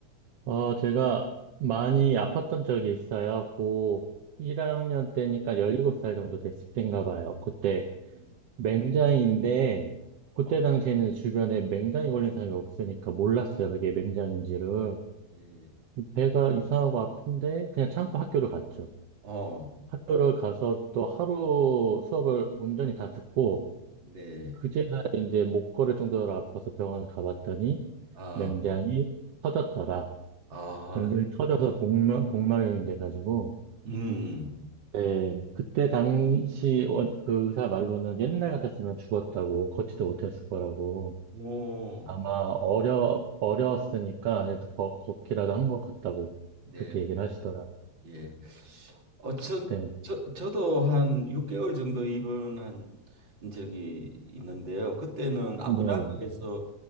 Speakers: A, on the right; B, on the right.
A: 어, 제가 많이 아팠던 적이 있어요. 고 1학년 때니까 17살 정도 됐을 때인가 봐요. 그때
B: 음,
A: 맹장인데, 그때
B: 어,
A: 당시에는 주변에 맹장이 걸린 사람이 없으니까 몰랐어요. 그게 맹장인지를.
B: 네.
A: 배가 이상하고 아픈데, 그냥 참고 학교를 갔죠.
B: 어,
A: 학교를 가서 또 하루 수업을 온전히 다 듣고,
B: 네.
A: 그제야 이제 목 걸을 정도로 아파서 병원을 가봤더니
B: 아,
A: 맹장이 터졌더라.
B: 아,
A: 맹장이 터져서 복막, 복막염이 돼가지고,
B: 음,
A: 네 그때 당시 원, 그 의사 말로는 옛날 같았으면 죽었다고, 걷지도 못했을 거라고.
B: 오,
A: 아마 어려, 어려웠으니까 그래도 걷, 걷기라도 한 것 같다고
B: 네,
A: 그렇게 얘기를 하시더라.
B: 예. 어, 전,
A: 그때,
B: 저, 저도 한 6개월 정도 입원한 적이 있는데요. 그때는 아부다비에서
A: 네.